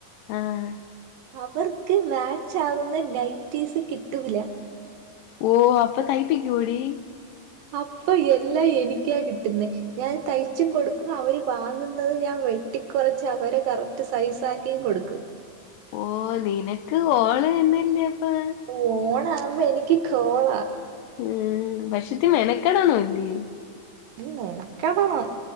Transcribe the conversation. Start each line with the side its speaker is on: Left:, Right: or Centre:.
Left: ആഹ്.
Right: അവർക്ക് മാച്ചാവുന്ന നൈറ്റീസ് കിട്ടൂല.
Left: ഓഹ് അപ്പ തൈപ്പിക്ക്യോ ടി.
Right: അപ്പ എല്ലാ എനിക്ക്യാ കിട്ടുന്നെ ഞാൻ തയ്ച്ചും കൊടുക്കും അവര് വാങ്ങുന്നത് ഞാ വെ ട്ടിക്കൊറച്ച് അവരെ കറക്റ്റ് സൈസാക്കിയും കൊടുക്കും.
Left: ഓഹ് നിനക്ക് കോള് തന്നെയല്ലെ പ്പാ.
Right: ഓണാകുമ്പ എനിക്ക് കോളാ.
Left: ഉം പക്ഷെ ത്തി മെനക്കെടന്നു ല്ലേ.
Right: ഉം മെനക്കെടണം.